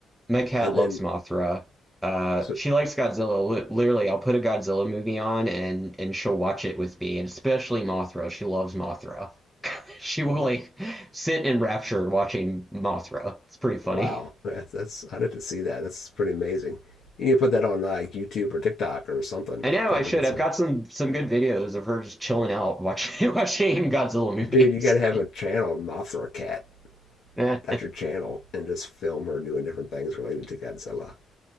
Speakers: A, in the centre; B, on the left.
A: My cat
B: And
A: loves
B: then,
A: Mothra. Uh,
B: so,
A: she likes Godzilla. Li- Literally, I'll put a Godzilla movie on and and she'll watch it with me, and especially Mothra. She loves Mothra. <laughs> She will like sit enraptured watching Mothra. It's pretty funny.
B: wow,
A: <laughs>
B: that's, that's I didn't see that. That's pretty amazing. You need to put that on like YouTube or TikTok or something.
A: I
B: That'd
A: know
B: probably
A: I should.
B: get some.
A: I've got some some good videos of her just chilling out watching <laughs> watching Godzilla movies.
B: Dude, you got to have a channel, Mothra Cat.
A: <laughs> yeah,
B: That's your channel, and just film her doing different things related to Godzilla.